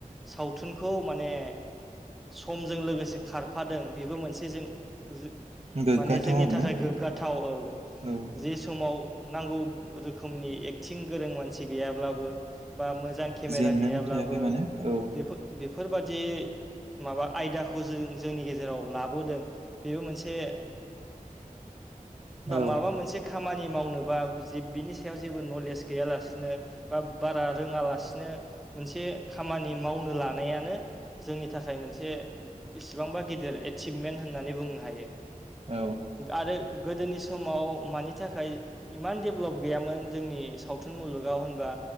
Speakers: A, in the centre; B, on the right.
A: सावथुनखौ माने समजों लोगोसे खारफादों बेबो मोनसे जों जो
B: गोग्गाथाव
A: माने जोंनि
B: आरोना
A: थाखाय गोग्गाथाव औ
B: औ
A: जि समाव नांगौ रोखोमनि एक्टिं गोरों मानसि गैयाब्लाबो बा मोज केमेरा
B: जेननानै
A: गैयाब्लाबो
B: थायाखै माने औ
A: बेफोर बेफोरबादि माबा आयदाखौ जों जोंनि गेजेराव लाबोदों बेबो मोनसे
B: औ
A: माबा मोनसे खानि मावनो बा बिनि सायाव जेबो नलेज गैयालासिनो बा बारा रोङालासिनो बिनो मोनसे खामानि मावनो लानायानो जोंनि थाखाय मोनसे इसिबांबा गिदिर एसिभमेन्ट होननानै बुंनो हायो
B: औ
A: आरो गोदोनि समाव मानि थाखाय इमान डेभलप गैयामोन जोंनि सावथुन मुलुगाव होनबा